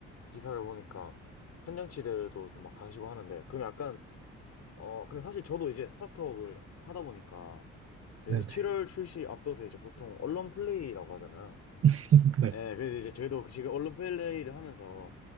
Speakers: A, on the left (about 60°); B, on the right (about 50°).
A: 기사를 보니까 현장치들도 좀 막 가시고 하는데, 그럼 약간, 어, 근데 사실 저도 이제 스타트업을 하다 보니까, 저
B: 네네.
A: 이제 7월 출시 앞둬서 이제 보통 언론 플레이라고 하잖아요.
B: <laughs> 네.
A: 예, 그래서 이제 저희도 지금 언론 플레이를 하면서